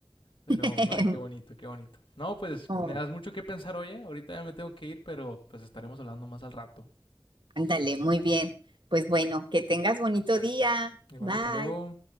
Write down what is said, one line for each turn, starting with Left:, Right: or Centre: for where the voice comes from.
Left: Pero,
Right: <laughs>
Left: ay, qué bonito, qué bonito. No, pues
Right: Oh,
Left: me das mucho que pensar, oye. Ahorita ya me tengo que ir, pero pues estaremos hablando más al rato.
Right: ándale, muy bien. Pues bueno, que tengas bonito día.
Left: Igual,
Right: Bye.
Left: hasta luego.